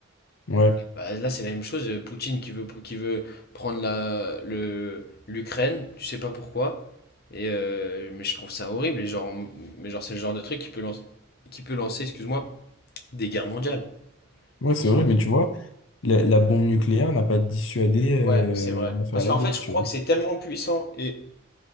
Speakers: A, on the left; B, on the left.
A: Ouais,
B: Bah, là, c'est la même chose. euh, Poutine qui veut, qui veut prendre la, le, l'Ukraine, tu sais pas pourquoi. Et, euh, mais je trouve ça horrible. Et genre, on- mais genre, c'est le genre de truc qui peut lancer, qui peut lancer, excuse-moi, des guerres mondiales.
A: ouais,
B: Qui peut
A: c'est
B: en-
A: vrai, mais tu vois, la, la bombe nucléaire n'a pas dissuadé
B: Ouais, c'est vrai.
A: euh, à faire
B: Parce
A: la
B: qu'en
A: guerre,
B: fait, je
A: tu
B: crois
A: vois.
B: que c'est tellement puissant. Et